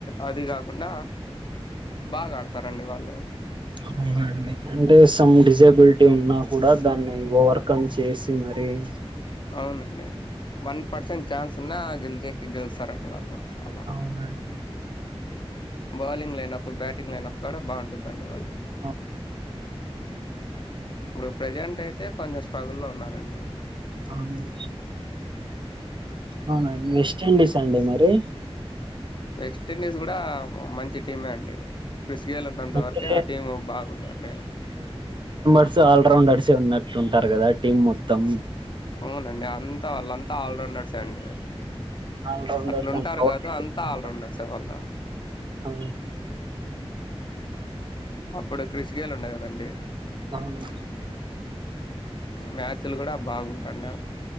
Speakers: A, on the left; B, on the right.
A: అది కాకుండా బాగా ఆడతారండి వాళ్ళు ము
B: అవునండి అంటే సమ్ డిసెబిలిటీ ఉన్నా కూడా దాన్ని ఓవర్కమ్ చేసి మరి డి
A: అవునండి వన్ పర్సెంట్ ఛాన్స్ ఉన్నా గెలిచేటి గెలుస్తారండి వాళ్ళు అలా
B: అవునండి
A: బౌలింగ్ లేనప్పుడ్ బ్యాటింగ్ లేనప్పుడు కూడా బాగుంటుందండి వాళ్
B: అహ్
A: ఇప్పుడు ప్రెజెంట్ అయితే కొంచెం స్ట్రగ్గల్ లో ఉన్నారండి
B: అవును లే అవునాండి వెస్ట్ ఇండీస్ అండి మరి
A: వెస్ట్ండీస్ కూడా మంచి టీమే అండి సియాలో ఉన్నంతవరకే
B: అంటే
A: ఆ టీం బాగుందండి
B: ర్స్ అల్రౌండర్స్ ఉన్నట్లు ఉంటారు కదా టీమ్ మొత్తం
A: అవునండి అంతా వాళ్ళంతా ఆల్రౌండర్స్ అండి
B: ఆల్రౌండర్స్
A: అట్లుంటారు
B: అండ్
A: కాదు అంతా ఆల్రౌండర్స్ సె వాళ్ళు
B: అ
A: అప్పుడు కృషికేళ్లు ఉండేకదండి
B: అవును
A: మ్యాచ్లు కూడా బాగుంటాండి